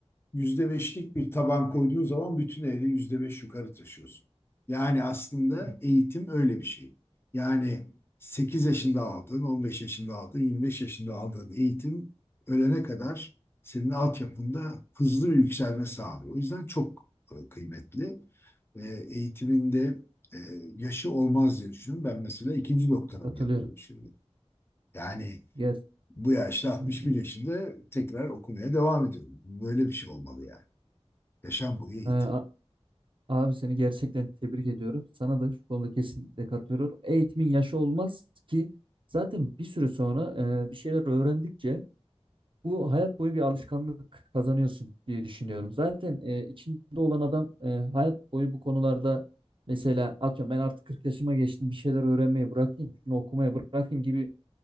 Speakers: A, on the left; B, on the right.
A: %5'lik bir taban koyduğun zaman bütün ehli %5 yukarı taşıyorsun. Yani aslında
B: evet.
A: eğitim öyle bir şey. Yani 8 yaşında aldığın, 15 yaşında aldığın, 25 yaşında aldığın eğitim ölene kadar senin altyapında hızlı bir yükselme sağlıyor. O yüzden çok e, kıymetli. E, Eğitiminde e, yaşı olmaz diye düşünüyorum. Ben mesela ikinci doktoramı
B: Katılıyorum.
A: yapıyorum şimdi. Yani
B: Ger
A: bu yaşta 61
B: Hı hı.
A: yaşında tekrar okumaya devam ediyorum. Böyle bir şey olmalı yani. Yaşam boyu eğitim.
B: Ee, a- abi seni gerçekten tebrik ediyorum. Sana da şu konuda kesinlikle katılıyorum. Eğitimin yaşı olmaz ki zaten bir süre sonra e, bir şeyler öğrendikçe Bu hayat boyu bir alışkanlık kazanıyorsun diye düşünüyorum. Zaten e, içinde olan adam e, hayat boyu bu konularda mesela atıyorum ben artık 40 yaşıma geçtim bir şeyler öğrenmeyi bırakayım, şunu okumaya bırakayım gibi